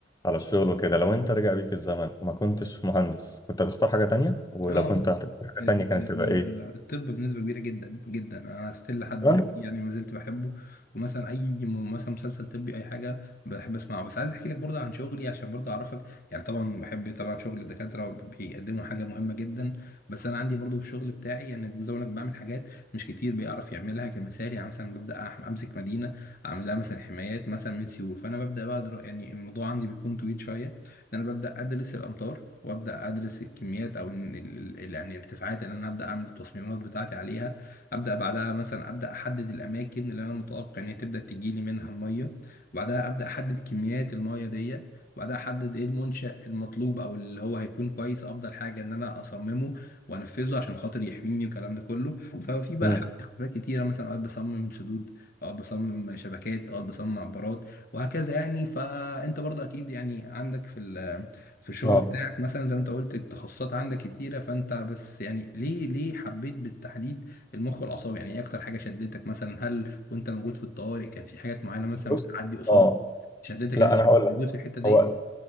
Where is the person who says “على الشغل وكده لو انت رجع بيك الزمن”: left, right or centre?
Left